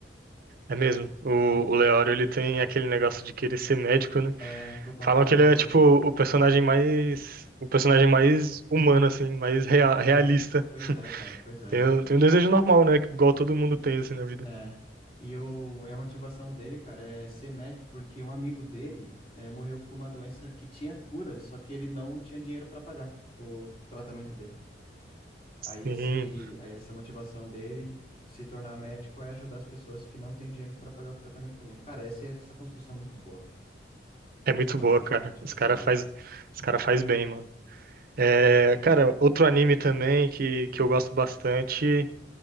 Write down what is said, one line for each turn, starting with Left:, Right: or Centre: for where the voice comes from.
Right: É mesmo. O, o Leório ele tem aquele negócio de querer ser médico, né?
Left: É, por conta
Right: Falam
Left: do.
Right: que ele é tipo o personagem mais, o personagem mais humano assim, mais rea-
Left: Pois
Right: realista.
Left: é, pois é, cara, pois é.
Right: Tem, um- tem um desejo normal, né? Igual todo mundo tem assim na vida.
Left: É. E, o, e a motivação dele, cara, é ser médico, porque um amigo dele é, morreu com uma doença que tinha cura, só que ele não tinha dinheiro para pagar o tratamento dele.
Right: Sim,
Left: Aí esse, aí essa motivação dele de se tornar médico é ajudar as pessoas que não têm dinheiro para pagar o tratamento também. Cara, essa é essa construção é muito boa.
Right: é muito
Left: Motivação,
Right: boa, cara.
Left: motivação
Right: Os cara
Left: dele.
Right: faz, os cara faz bem, mano. É, cara, outro anime também que, que eu gosto bastante.